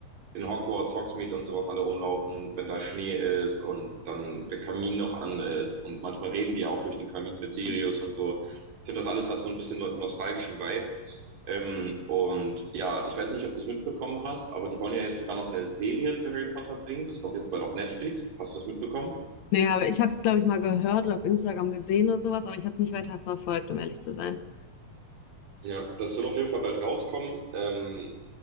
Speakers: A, on the right (about 85°); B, on the left (about 65°).
A: in Hogwarts, Hogsmeade und sowas alle rumlaufen, wenn da Schnee ist und dann der Kamin noch an ist und manchmal reden die auch durch den Kamin mit Sirius und so. Ich finde, das alles hat so ein bisschen no- nostalgischen Vibe. Ähm, und ja, ich weiß nicht, ob du es mitbekommen hast, aber die wollen ja jetzt sogar noch eine Serie zu Harry Potter bringen. Das kommt jetzt bald auf Netflix. Hast du das mitbekommen?
B: Nee, aber ich habe es, glaube ich, mal gehört oder auf Instagram gesehen oder sowas, aber ich habe es nicht weiter verfolgt, um ehrlich zu sein.
A: Ja, das soll auf jeden Fall bald rauskommen. Ähm,